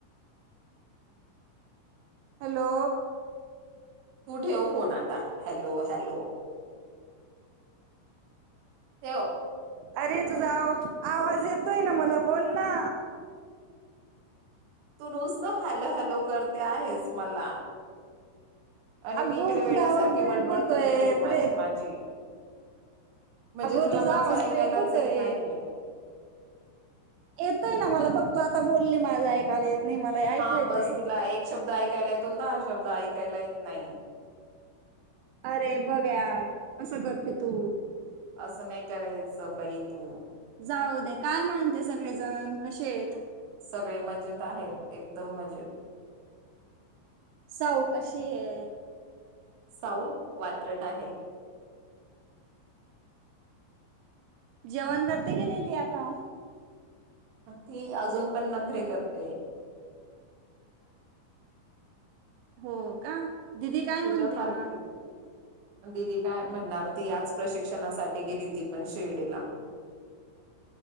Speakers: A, on the right (about 85°); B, on the right (about 70°).
A: हॅलो.
B: तू ठेव फोन आता हॅलो हॅलो ठेव.
A: अरे तुझा आवा आवाज येतोय ना मला बोल ना
B: तू नुसत हॅलो हॅलो करत ते आहेस मला आणि
A: अगो
B: मी इकडे वेड्यासारखे
A: तुझा आवाज ब्रेक
B: बडबड
A: होतोय
B: करते
A: ब्रेक
B: माझी माझी म्हणजे
A: अगो
B: तुला
A: तुझा
B: माझं
A: आवाज
B: ऐकायलाच
A: ब्रेक होतोय
B: येत नाहीये
A: येतोय ना मला बघ तू आता बोलली माझा ऐकाला येत नाही मला ऐकू
B: हा
A: येतंय
B: बस तुला एक शब्द ऐकायला येतो दहा शब्द ऐकायला येत नाही.
A: अरे बघ यार असं करते तू
B: असं नाही करायचं बाई तू
A: जाऊ दे, काय म्हणते, सगळेजण कसे आहेत?
B: सगळे मजेत आहेत एकदम मजेत
A: साऊ कशी ये?
B: सावु वात्रट आहे.
A: जेवण करते की, नाही ती आता.
B: ती अजून पण नखरे करते.
A: हो का? दिदी काय
B: तुझ्या
A: म्हणते
B: सारखी
A: मग?
B: दिदी काय म्हणणार, ती आच प्रशिक्षणासाठी गेली ती पण शिर्डीला